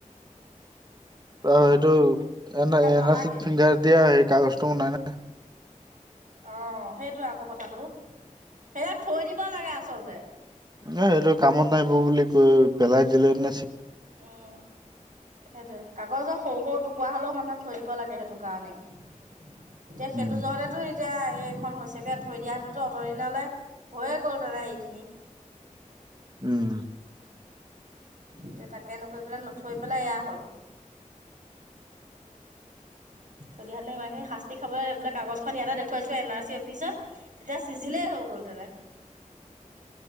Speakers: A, on the right (about 30°); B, on the right (about 75°).
A: অ' সেইটো এ এন
B: নালাগে।
A: আৰ চিত ফিংগাৰ দিয়া সেই কাগজটো নাই ন
B: আহ সেইটো আকৌ কথাতটো সেইবাক থৈ দিব লাগে আচলতে,
A: নাই সেইটো কামত নাহিব বুলি কৈ পেলাই দিলে ন।
B: উম সেইটয়ে কাগজৰ সৰু সৰু, কুৱৰা হ'লেও মানুহে থৈ দিব লাগে সেইটো কাৰণে এতিয়া সেইটো
A: উম।
B: জতেতো এতিয়া এইখন হৈছেগে থৈ দিয়াহ হাতেতো অঁতৰ দ নালৈ হৈয়ে গ'ল তেনে সেইখিনি
A: উম
B: এতিয়া তাকে নকৰি পেলাই নথৈ পেলাই এয়া হ'ল, যদি ইমান খিনি শাস্তি খাবই লাগে। কাগজখন ইয়াতে দেখুৱাইছো। এল আই চি অফিচত তেতিয়া চিজিলেই হওকঁ। গ'ল ত নে